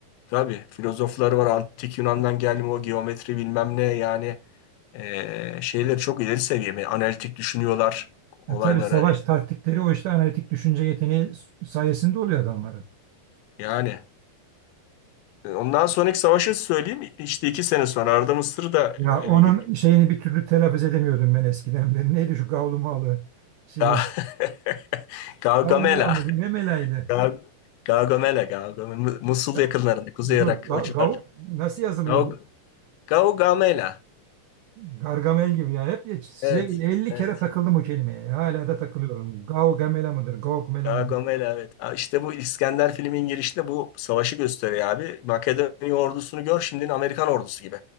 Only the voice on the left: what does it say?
Tabii filozofları var antik Yunan'dan gelme o geometri bilmem ne yani eee şeyleri çok ileri seviye Yani analitik düşünüyorlar
olaylara
yani eee, ondan sonraki savaşı söyleyeyim İşte iki sene sonra Arda Mısır'ı da
ele
geçirdi.
Ga- <laughs> Gaugamela
Ga- Gaugamela Gaugamela Musul
yakınlarında Kuzey
Irak
o civarlarda
Gaug- Gaugamela
evet
evet
Kara
Gomela evet. Ha, İşte bu İskender filmin girişinde bu savaşı gösteriyor abi. Makedonya ordusunu gör şimdinin Amerikan ordusu gibi.